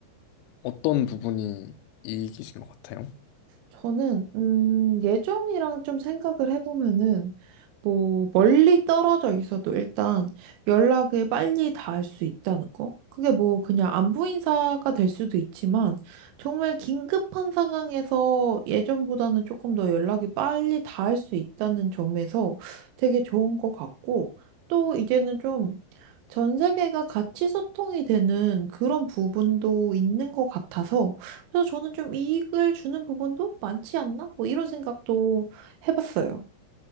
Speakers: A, on the left; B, on the right.
A: 어떤 부분이 이익이신 것 같아요?
B: 저는 음, 예전이랑 좀 생각을 해보면은 뭐 멀리 떨어져 있어도 일단 연락을 빨리 닿을 수 있다는 거. 그게 뭐 그냥 안부 인사가 될 수도 있지만 정말 긴급한 상황에서 예전보다는 조금 더 연락이 빨리 닿을 수 있다는 점에서 되게 좋은 것 같고 또 이제는 좀 전 세계가 같이 소통이 되는 그런 부분도 있는 것 같아서 그래서 저는 좀 이익을 주는 부분도 많지 않나? 뭐 이런 생각도 해봤어요.